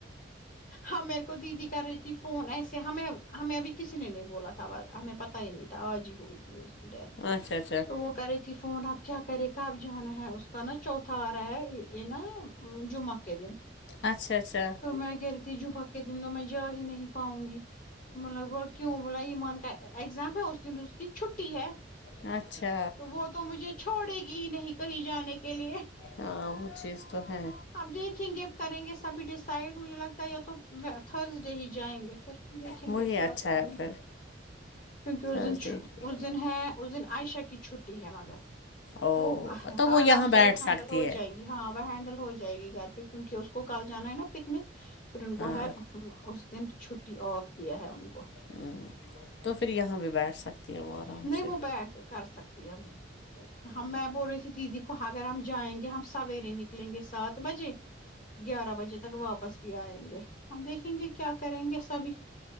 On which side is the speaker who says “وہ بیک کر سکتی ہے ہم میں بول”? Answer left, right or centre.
Left